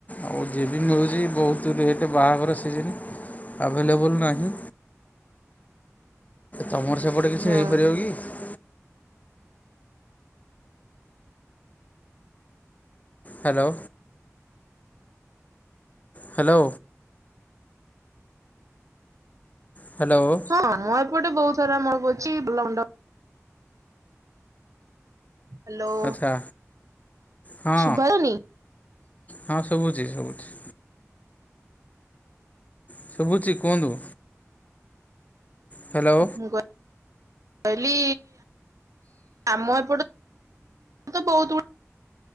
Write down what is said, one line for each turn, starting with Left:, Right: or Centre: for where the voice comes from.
Left: ଆଉ ଯିଏ ବି ମିଳୁଚି ବୋହୁତ ରେଟ୍ ବାହାଘର ସିଜି
Right: ହୁଁ
Left: ଆଭେଲେବୁଲ ନାହିଁ। ତମର ସେପଟେ କିଛି
Right: ହୁଁ
Left: ହେଇପାରିବ କି? ହ୍ୟାଲୋ। ହ୍ୟାଲୋ। ହ୍ୟାଲୋ
Right: ହଁ ଆମ ଏପଟେ ବୋହୁତ ସାରା ମଣ୍ଡପ ଅଛି। ଲ ହ୍ୟାଲୋ
Left: ଆଚ୍ଛା ହଁ
Right: ସୁଭା ଯାଉନି?
Left: ହଁ ସବୁଚି ସବୁଚି। ସୁବୁଚି କୁହନ୍ତୁ। ହ୍ୟାଲୋ।
Right: ମୁଁ କହିଲି ଆମ ଏପଟେ ବୋହୁତ ଗୋ